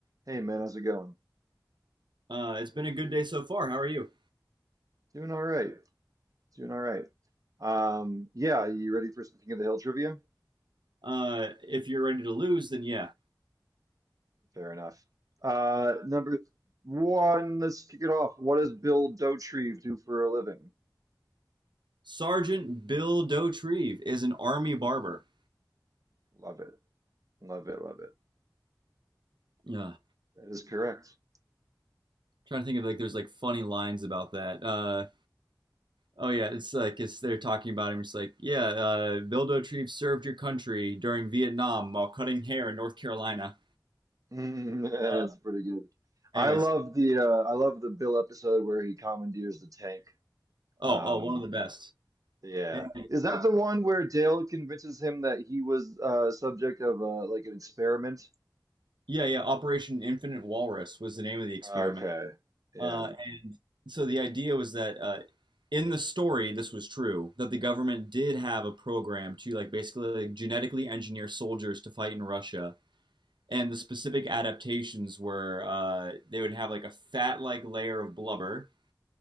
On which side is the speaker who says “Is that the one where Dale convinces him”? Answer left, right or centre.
Right